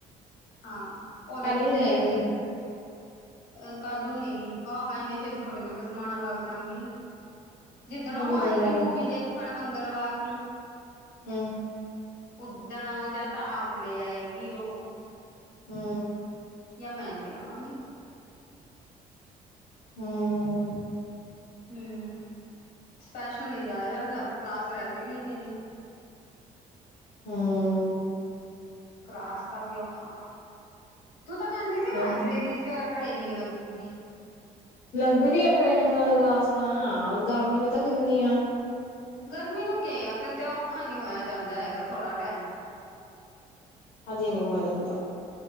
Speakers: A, on the left (about 80°); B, on the left (about 65°).
A: ਹਾਂ, ਉਹਦੇ
B: ਕੱਲ
A: ਵਿੱਚ
B: ਨੂੰ ਲੈ
A: ਦੱਸਿਆ।
B: ਆਏਂਗੀ
A: ਅਹ ਕੱਲ ਨੂੰ ਨੀ, ਆਹੋ ਇੰਨੇ ਛੇਤੀ ਥੋੜੀ ਨਾ ਮੈਂ ਸਮਾਨ ਆਵਾਗ ਜਾਗੀ। ਜਿੱਦਣੋਂ
B: ਹੋਰ ਕਿਸ
A: ਆਏਗੀ
B: ਦਿਨ ਜਾਣਾ
A: ਮੂਵੀ ਦੇਖਣ, ਮੰਗਲਵਾਰ ਨੂੰ
B: ਹਮ।
A: ਉੱਦਣ, ਜਾਂ ਤਾਂ ਆਪ ਲੈ ਆਏਗੀ ਉਹ
B: ਹਾਂ।
A: ਜਾਂ ਮੈਂ ਲੈ ਆਵਾਂਗੀ।
B: ਹਮ।
A: ਹਮ, ਸਪੈਸ਼ਲ ਨੀ ਜਾ ਜਾਂਦਾ, ਕਲਾਸ ਰਹਿ ਜਾਏਗੀ ਮੇਰੀ।
B: ਹਮ।
A: ਕਲਾਸ ਕਾ ਵੀ ਔਖਾ, ਤੂੰ ਤਾਂ ਕਹਿੰਦੀ ਸੀ ਲਾਇਬ੍ਰੇਰੀ
B: ਅੱਛਾ
A: ਜਾਂ ਟ੍ਰੇਨਿੰਗ ਲੱਗੂਗੀ।
B: ਲੱਗ ਰ ਆ ਟ੍ਰੇਨਿੰਗ ਵਾਲ ਵਸ ਤਾਂ, ਹਾਂ ਗਰਮੀ ਪਤਾ ਕਿੰਨੀ ਆ।
A: ਗਰਮੀ ਨੂੰ ਕੀ ਆ, ਤੇ ਤੇ ਔਖਾ ਨੀ ਹੋਇਆ ਜਾਂਦਾ ਹੈਗਾ ਥੋੜਾ ਟਾਈਮ।
B: ਅਜੇ ਨਹੀਂ ਹੋਇਆ ਜਾਂਦਾ।